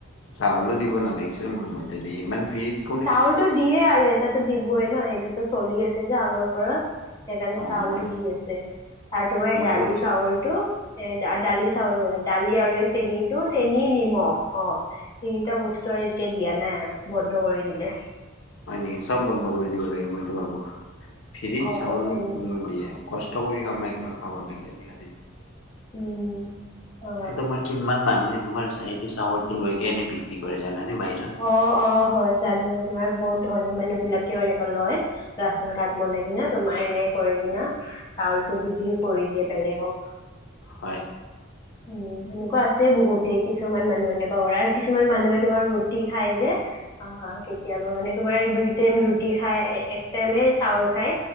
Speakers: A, on the left (about 80°); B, on the left (about 20°).
A: চাউলো দিব নালাগিছিল মোৰ মতে, দেই ইমান ফ্ৰিট
B: চাউলতো দিয়ে আৰু এটাতো দিবই ন, সেইটোতো চলি আছে যে আগৰ পৰা। সেইকাৰণে
A: অ',
B: চাউলটো
A: মই
B: দি আছে, আৰু তোমাৰ
A: মইতো
B: এই দালি চাউলটো এ, দালি, চাউল দালি আৰু এই চেনটো চেনী নিমখ অ, তিনিটা বস্তু আৰু এতিয়া দিয়া নাই আৰু, বন্ধ কৰি দিলে।
A: হয় নেকি চ'ব বন্ধ কৰি দিব লাগিৱ মইতো ভাবো ফেৰিত
B: অঁ
A: চাউল
B: হয়
A: কোনো
B: নেকি
A: দিয়ে। কষ্ট কৰি কামাই কৈ আৰু খাব লাগে আজিকালি।
B: উম হয়
A: তোমাৰ কিমান মানুহে তোমাৰ এইটো চাউলটো লৈ কেনে বিক্ৰী কৰে জানানে বাহিৰত।
B: অ, অ, হয় জানো তোমাৰ বহুত ধনী মানুহ বিলাকেও এনেকুৱা লয়। ৰাচন কাৰ্ড বনাই কিনা, তোমাৰ এনে কৰি কিনা, চাউলতটো বিক্ৰী কৰি দিয়ে বেলেগক।
A: হয়
B: উম, সেনেকুৱা আছে বহুত। কিছুমান মানুহে এনেকুৱা কৰে, আৰু কিছুমান মানুহে তোমাৰ ৰুটি খাই যে। অ, কেতিয়াবা মানে তোমাৰ দুই টাইম ৰুটি খাই এক টাইমে চাউল খাই।